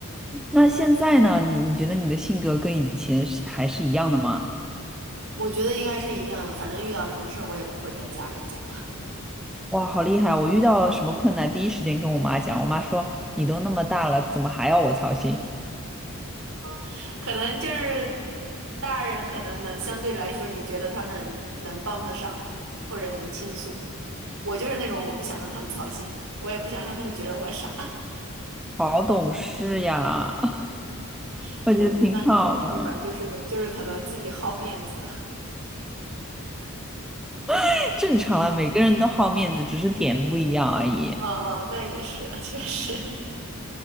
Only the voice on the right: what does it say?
我觉得应该是一样的，反正遇到什么事儿我也不会跟家人讲，
<laughs> 可能就是大人可能能相对来说，你觉得他们能帮得上吧，或者能倾诉。我就是那种我不想让他们操心，我也不想让他们觉得我傻，
<laughs>
也不算是懂事吧，就是就是可能自己好面子。
哦，那也是，<laughs> 确实，